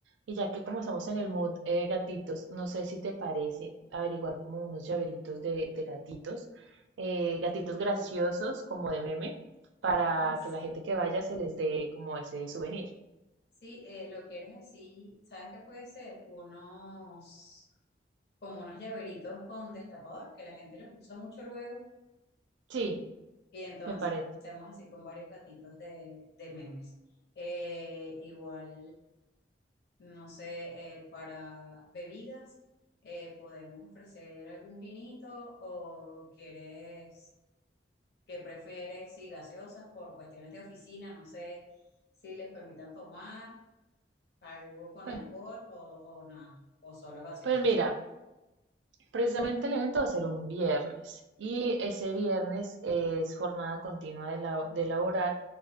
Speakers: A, on the right; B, on the left.
A: Y ya que como estamos en el mood eh, gatitos, no sé si te parece averiguar como unos llaveritos de, de gatitos, eh, gatitos graciosos como de meme, para
B: Ay, sí.
A: que la gente que vaya se les dé como ese souvenir.
B: Sí, eh, lo quieres así, ¿sabes qué puede ser? Unos, como unos llaveritos con destapador, que la gente los usa mucho luego
A: Sí,
B: Y entonces
A: me parece.
B: hacemos así con varios gatitos de, de memes. Eh, igual, no sé, eh, para bebidas, eh, podemos ofrecer algún vinito o quieres, que prefieres, sí, gaseosas por cuestiones de oficina, no sé si les permitan tomar algo con
A: Pues,
B: alcohol o, o nada, o solo gaseosas.
A: pues mira. Precisamente el evento va a ser un viernes y ese viernes es jornada continua de, la- de laborar.